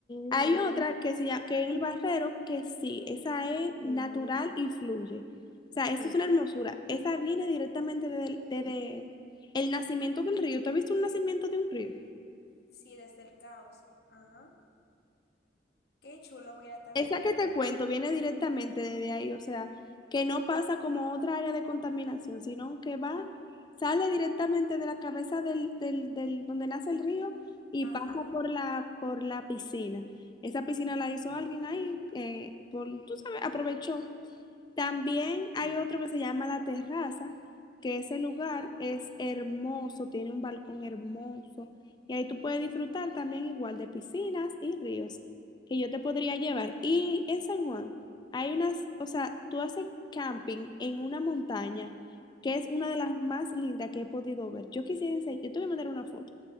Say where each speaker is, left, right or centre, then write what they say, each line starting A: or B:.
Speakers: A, on the left; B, on the left.
A: Hay mm, otra que se llama, que en el barrero, que sí, esa es mm, natural y fluye. O sea, eso es sí. una hermosura. Esa viene directamente desde el, desde el nacimiento del río. ¿Tú has visto un nacimiento de un río?
B: Sí, desde el cauce. Ajá. Qué chulo, mira, también.
A: Esa que te
B: pues,
A: cuento viene directamente desde ahí, o sea, que no pasa como otra área de contaminación, sino que va, sale directamente de la cabeza del, del, del- donde nace el río y
B: Ajá.
A: pasa por la, por la piscina. Esa piscina la hizo alguien ahí, eh, por, tú sabes, aprovechó. También hay otro que se llama La Terraza, que ese lugar es hermoso, tiene un balcón hermoso y ahí tú puedes disfrutar también igual de piscinas y ríos que yo te podría llevar. Y en San Juan hay unas, o sea, tú haces camping en una montaña que es una de las más lindas que he podido ver. Yo quisiera enseñar, yo te voy a mandar una foto